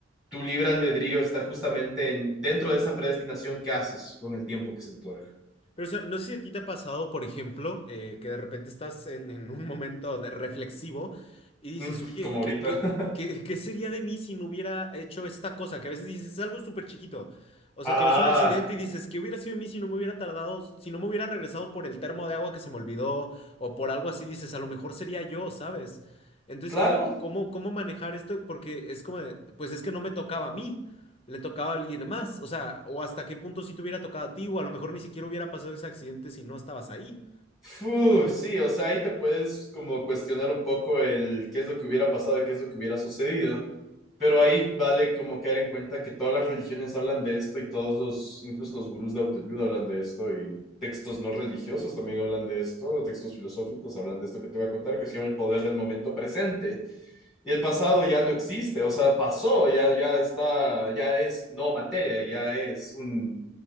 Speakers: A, in the centre; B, on the left.
A: tu libre albedrío está justamente en, dentro de esa predestinación que haces con el tiempo que se te otorga. <laughs>
B: Pero o sea, no sé si a ti te ha pasado, por ejemplo, eh, que de repente estás en, en un momento de reflexivo y dices,
A: Mm,
B: oye,
A: como ahorita.
B: ¿qué, qué,
A: <laughs>
B: qué, qué sería de mí si no hubiera hecho esta cosa? Que a veces dices, es algo súper chiquito. O
A: Ah,
B: sea, que ves un accidente y dices, ¿qué hubiera sido de mí si no me hubiera tardado, si no me hubiera regresado por el termo de agua que se me olvidó o por algo así? Dices, a lo mejor sería yo, ¿sabes? Entonces,
A: claro,
B: como, ¿cómo, cómo manejar esto? Porque es como, de, pues es que no me tocaba a mí le tocaba a alguien más. O sea, o hasta qué punto sí te hubiera tocado a ti, o a lo mejor ni siquiera hubiera pasado ese accidente si no estabas ahí.
A: Fu, sí, o sea, ahí te puedes como cuestionar un poco el qué es lo que hubiera pasado y qué es lo que hubiera sucedido, pero ahí vale como caer en cuenta que todas las religiones hablan de esto y todos los, incluso los gurús de autoayuda hablan de esto y textos no religiosos también hablan de esto, textos filosóficos hablan de esto que te voy a contar, que se llama el poder del momento presente y el pasado ya no existe, o sea, pasó, ya, ya está, ya es no materia, ya es un